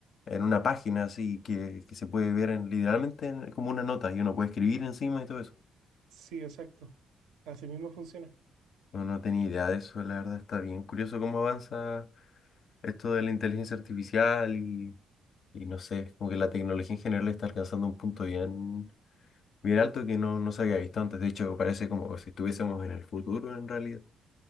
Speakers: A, on the left (about 55°); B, on the right (about 85°).
A: en una página así que, que se puede ver en- literalmente en- como una nota y uno puede escribir encima y todo eso.
B: Sí, exacto. Así mismo funciona.
A: No, no tenía idea de eso, la verdad está bien curioso cómo avanza esto de la inteligencia artificial y, y no sé, como que la tecnología en general está alcanzando un punto bien, bien alto que no, no se había visto antes. De hecho, parece como si estuviésemos en el futuro en realidad.